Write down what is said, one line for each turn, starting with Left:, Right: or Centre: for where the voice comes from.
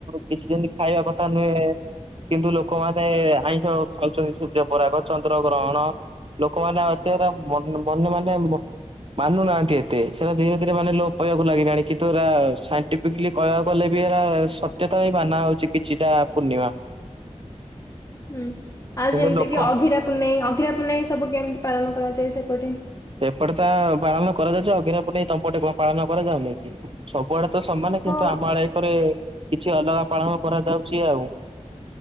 Right: କିଛି ଯେମିତି ଖାଇବା କଥା ନୁହେଁ। କିନ୍ତୁ ଲୋକମାନେ ଆଇଁଷ ଖାଉଛନ୍ତି ସୂର୍ଯ୍ୟପରାଗ ଚନ୍ଦ୍ର ଗ୍ରହଣ। ଲୋକମାନେ <unintelligible> ମନ ମାନେ ମାନୁନାହାନ୍ତି ଏତେ ସେଟା ଧୀରେ ଧୀରେ ମାନେ ଲୋପ ପାଇବାକୁ ଲାଗିଲାଣି କିନ୍ତୁ ଏଟା ସାଇଣ୍ଟିଫିକଲି କହିବାକୁ ଗଲେ ବି ସତ୍ୟତା ହ ମାନା ହଉଛି କିଛିଟା ପୂର୍ଣ୍ଣିମା।
Left: ହୁଁ ଆଉ
Right: କିନ୍ତୁ
Left: ଯେମିତି
Right: ଲୋକ
Left: କି ଅଘିରା ପୂନେଇ ଅଘିରା ପୂନେଇ ସବୁ କେମିତି ପାଳନ କରାଯାଏ ସେପଟେ?
Right: ଏପଟେ ତା ପାଳନ କରାଯାଉଛି ଅଗିରା ପୁନେଇ ତମପଟେ ପାଳନ କରାଯାଉନାଇି କି ସବୁଆଡେ? ତ ସମାନେ କିନ୍ତୁ
Left: ହଁ
Right: ଆମ ଆଡରେ କିଛି ଅଲଗା ପାଳନ କରାଯାଉଛି ଆଉ।